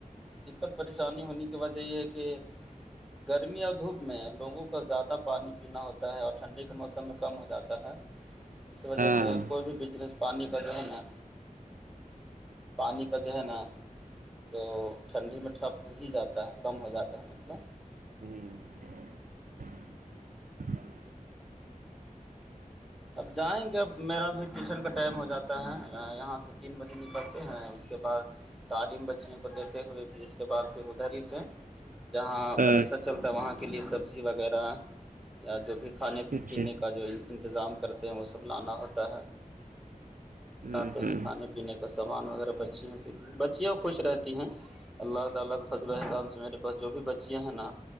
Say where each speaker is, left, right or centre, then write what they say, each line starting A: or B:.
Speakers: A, in the centre; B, on the right (about 70°).
A: کہ دقت پریشانی ہونے کی وجہ یہ ہے کہ گرمی اور دھوپ میں لوگوں کو زیادہ پانی پینا ہوتا ہے اور ٹھنڈی کے موسم میں کم ہو جاتا ہے
B: <inaudible>
A: اس وجہ
B: ہاں
A: سے کوئی بھی بجنس پانی کا جو ہے نا پانی کا جو ہے نا سو ٹھنڈی میں ٹھپ ہو ہی جاتا ہے کم ہو جاتا ہے مطلب
B: <inaudible>
A: اب جائیں گے اب میرا بھی ٹیوشن کا ٹائم ہو جاتا ہے یہاں سے تین بجے نکلتے ہیں اس کے بعد تعلیم بچیوں کو دیتے ہوئے پھر اس کے بعد پھر ادھر ہی سے جہاں
B: ہاں
A: مدرسہ چلتا ہے وہاں کے لئے سبزی وغیرہ یا جو بھی کھانے
B: اچھا
A: پینے کا جو انتظام کرتے ہیں وہ سب لانا ہوتا ہے
B: ہاں
A: لاتے
B: ہاں
A: ہیں کھانے پینے کا سامان وغیرہ بچیوں کے بچیاں خوش رہتی ہیں اللہ تعالی کا فضل احسان ہے جو بھی بچیاں ہیں نا